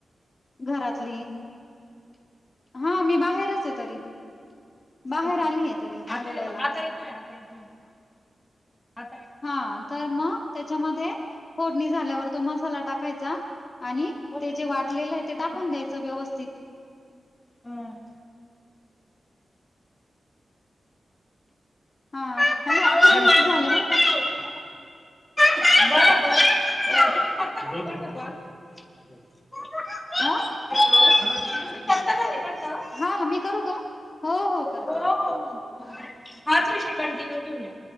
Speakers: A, on the left; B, on the left.
A: घरातली. हा मी बाहेरच आहे तरी. बाहेर
B: अच्छा
A: आलीय तरी
B: आता
A: बोलायला
B: येतो आता येतोय आता येतोय आता
A: हा तर मग त्याच्यामध्ये फोडणी झाल्यावर तो मसाला टाकायचा. आणि
B: बोल
A: ते जे वाटलेलं आहे ते
B: हा
A: टाकून द्यायचं व्यवस्थित.
B: हम्म.
A: हा
B: हा
A: हॅलो अकरा
B: हॅलो
A: मिनिट झाले बरं का?
B: <unintelligible> <unintelligible>
A: अ हा मी करू का हो हो कर
B: हो हो हो हाच विषय कंटिन्यू घेऊया.